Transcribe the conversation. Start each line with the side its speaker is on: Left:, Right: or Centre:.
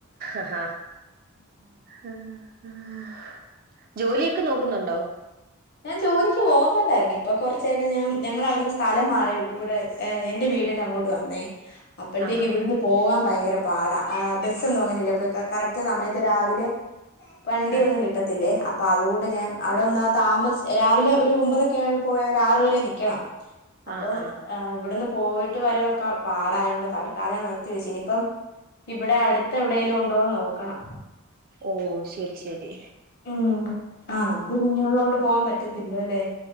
Right: ആഹ് ആഹ് ആഹ് ജോലിയൊക്കെ നോക്കുന്നുണ്ടോ?
Left: ഞാൻ ജോലിക്ക് പോകുന്നുണ്ടായിരുന്നു. ഇപ്പൊ കൊറച്ചായിട്ട് ഞാൻ ഞങ്ങള അവിടുന്ന് സ്ഥലം മാറി കൂടെ ഏ എന്റെ വീടിന്റെ അങ്ങോട്ട് വന്നേ അപ്പോഴത്തേക്ക്
Right: ആഹാ
Left: ഇവിടുന്ന് പോകാൻ ഭയങ്കര പാടാ. ആ ബസ്സൊന്നും അങ്ങനെല്ല ഇ കറക്റ്റ് സമയത്ത് രാവിലെ വണ്ടിയൊന്നും
Right: ആഹ്
Left: കിട്ടത്തില്ലേ. അപ്പൊ അതുകൊണ്ട് ഞാൻ അവിടെ ഒന്നാ താമസ രാവിലെ ഒരു ഒമ്പതൊക്കെ പോയ ഒരു ആറ വരെ നിക്കണം. അപ്പം
Right: ആഹ് ആഹ്
Left: ഇവിടുന്ന് പോയിട്ട് വരവൊക്കെ പാടായതോണ്ട് തൽക്കാലം നിർത്തിവെച്ചു. ഇനിപ്പം ഇവിടെ അടുത്ത് എവിടെലും ഉണ്ടോന്ന് നോക്കണം.
Right: ഓഹ് ശരി ശരി
Left: ഉം ആഹ് നമുക്ക് കുഞ്ഞുങ്ങള കൊണ്ട് പോവാൻ പറ്റത്തില്ല അല്ലെ.